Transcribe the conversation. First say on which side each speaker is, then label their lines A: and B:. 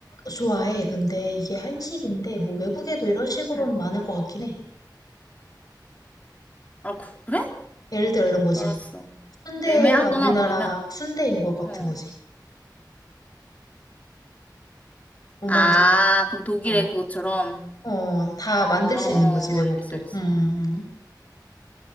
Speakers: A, on the left; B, on the left.
A: 좋아해. 근데 이게 한식인데, 뭐 외국에도 이런 식으로는
B: 응.
A: 많을 것 같긴 해.
B: 아 그래?
A: 예를 들어 이런 거지.
B: 알았어.
A: 순대가
B: 애매하구나,
A: 우리나라
B: 그러면.
A: 순대인 것 같은
B: 어.
A: 거지. 뭔
B: 아,
A: 말인지 알지?
B: 그럼 독일의
A: 어,
B: 그것처럼.
A: 어, 다 만들
B: 어,
A: 수
B: 어,
A: 있는 거지, 외국도.
B: 알겠어, 알겠어.
A: 음, 음. 음.